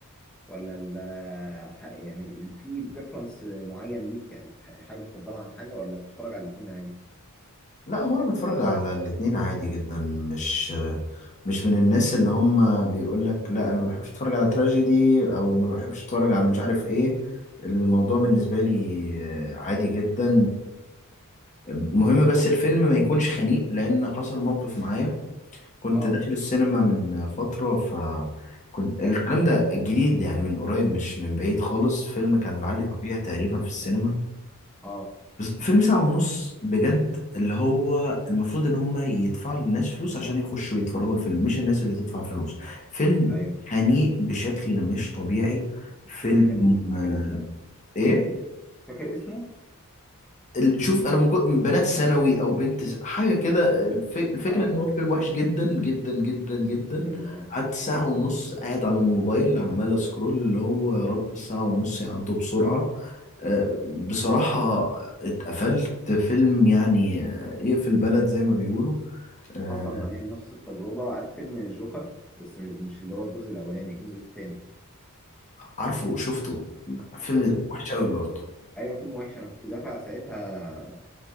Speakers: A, in the centre; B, on the left (about 35°).
A: ولا ال- ح- يعني في بريفرنس معين ليك يعني تح- حاجه بتفضلها عن حاجه ولا بتتفرج على الاثنين عادي
B: لا هو انا بتفرج على الاتنين عادي جدا مش مش من الناس اللي هم بيقول لك لا انا ما بحبش اتفرج على تراجيدي او ما بحبش اتفرج على مش عارف ايه الموضوع بالنسبة لي آه، عادي جدا المهم بس الفيلم ما يكونش خنيق لان حصل موقف معايا كنت
A: اه
B: داخل السينما من فترة ف كنت الكلام
A: حلو
B: ده الجديد يعني من قريب مش من بعيد خالص فيلم كان لعلي
A: ايوه
B: ربيع تقريبا في السينما
A: اه
B: بس فيلم ساعة ونص بجد اللي هو المفروض ان هم يدفعوا للناس فلوس عشان يخشوا يتفرجوا الفيلم مش الناس اللي تدفع فلوس فيلم
A: ايوه
B: خنيق بشكل مش طبيعي
A: الفيلم
B: فيلم
A: كان ايه فاكر
B: آه،
A: اسمه
B: ايه
A: فاكر اسمه
B: ال- شوف انا من كو- من بنات ثانوي او بنت س- حاجه كده الف- الفكره
A: اه
B: ان هو فيلم وحش جدا جدا جدا جدا
A: ايوه اه
B: قعدت ساعه ونص قاعد على الموبايل عمال اسكرول اللي هو يا رب الساعه ونص يعدوا بسرعه آه، بصراحه اتقفلت فيلم يعني آه، يقفل بلد زي ما بيقولوا آه،
A: حصل معايا نفس التجربه عارف فيلم الجوكر بس م- مش اللي هو الجزء الاولاني الجزء الثاني
B: عارفه شفته فيلم وحش قوي برضه
A: ايوه فيلم وحش انا كنت دافع ساعتها